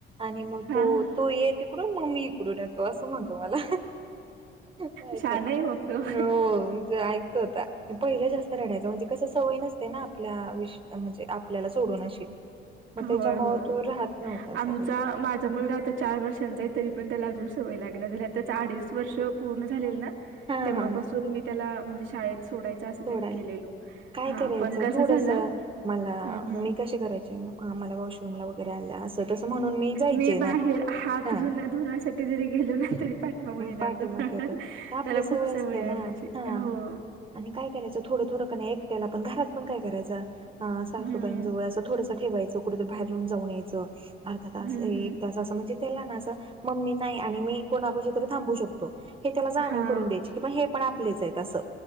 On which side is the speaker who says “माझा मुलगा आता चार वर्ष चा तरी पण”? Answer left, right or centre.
Right